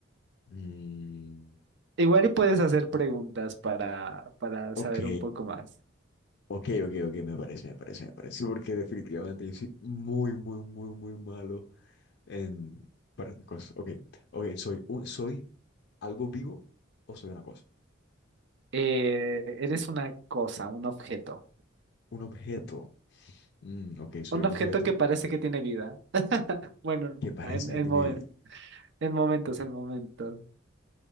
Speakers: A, on the left; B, on the right.
A: Mm,
B: Igual y puedes hacer preguntas para, para
A: ok,
B: saber un poco más.
A: ok, ok, ok, me parece, me parece, me parece, Sí, porque definitivamente yo soy muy, muy, muy, muy malo en, para mis cosas. Ok, ok, soy, un, soy algo vivo o soy una cosa.
B: Eh, eres una cosa, un objeto.
A: Un objeto. Mm, ok, soy
B: Un
A: un
B: objeto
A: objeto
B: que parece que tiene vida. Bueno,
A: que parece
B: en, en,
A: que tiene
B: momen-
A: vida
B: en momentos, en momentos.